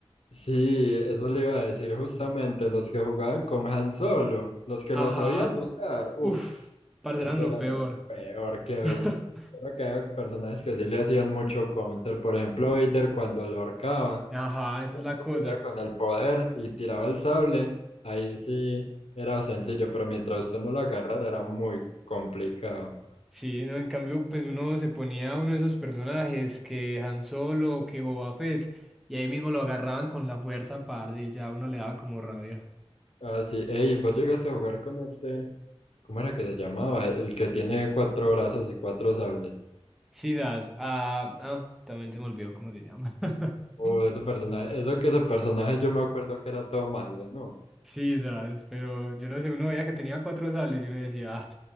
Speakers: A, on the left; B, in the centre.
A: Sí, eso le iba a decir justamente, los que jugaban con Han Solo, los que
B: Ajá.
A: lo sabían usar, uff,
B: Uf, parce,
A: eso
B: eran lo
A: era
B: peor.
A: lo peor que había.
B: <laughs>
A: Creo que había personajes que sí le hacían mucho counter, por ejemplo Vader cuando lo ahorcaba,
B: Ajá, esa
A: cuando
B: es la cosa.
A: hacía con el poder y tiraba el sable, ahí sí era sencillo, pero mientras usted no lo agarrara era muy complicado.
B: Sí, no, en cambio, pues uno se ponía uno de esos personajes que Han Solo o que Boba Fett, y ahí mismo lo agarraban con la fuerza, parce, y ya uno le daba como rabia.
A: Ah, sí, ey, vos llegaste a jugar con este, ¿cómo era que se llamaba? El que tiene cuatro brazos y cuatro sables.
B: Sí, sabes, ah, ah, también se me olvidó cómo se llama. <laughs>
A: Uh, ese personaje, eso que ese personaje yo me acuerdo que era todo malo, ¿no?
B: Sí, sabes, pero yo no sé, uno veía que tenía cuatro sables y uno decía, ah,